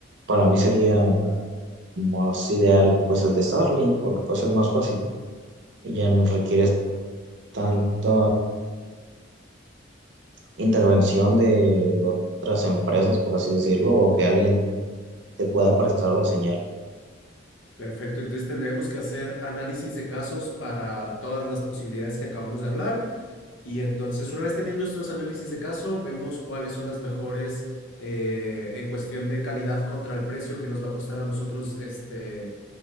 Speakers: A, on the right; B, on the left.
A: para mí sería más ideal pues el de Starlink, porque pues es más fácil y ya no requieres tanta intervención de otras empresas, por así decirlo, o que alguien te pueda prestar la señal.
B: Perfecto, entonces tendremos que hacer análisis de casos para todas las posibilidades que acabamos de hablar. Y entonces, una vez teniendo estos análisis de caso, vemos cuáles son las mejores eh, en cuestión de calidad contra el precio que nos va a costar a nosotros este,